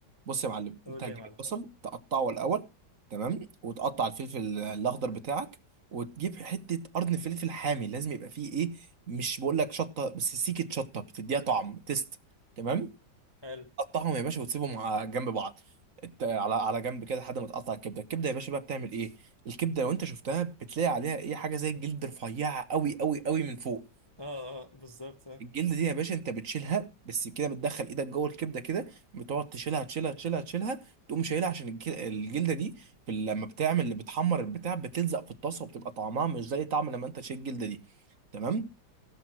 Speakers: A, on the right; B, on the left.
A: بص يا معلم
B: قول
A: انت هتجيب
B: لي يا معلم
A: البصل تقطعه الاول تمام وتقطع الفلفل الاخضر بتاعك وتجيب حته قرن فلفل حامي لازم يبقى فيه ايه مش بقول لك شطه بس سيكه شطه بتديها طعم تيست تمام
B: حلو
A: تقطعهم يا باشا وتسيبهم على جنب بعض الت- على على جنب كده لحد ما تقطع الكبده الكبده يا باشا بقى بتعمل ايه الكبده لو انت شفتها بتلاقي عليها ايه حاجه زي الجلد رفيعه قوي قوي قوي من فوق
B: اه اه بالظبط آه.
A: الجلد دي يا باشا انت بتشيلها بس كده بتدخل ايدك جوه الكبده كده بتقعد تشيلها تشيلها تشيلها تشيلها تقوم شايلها عشان الج- الجلده دي في ال- لما بتعمل اللي بتحمر البتاع بتلزق في الطاسه وبتبقى طعمها مش زي طعم لما انت تشيل الجلده دي تمام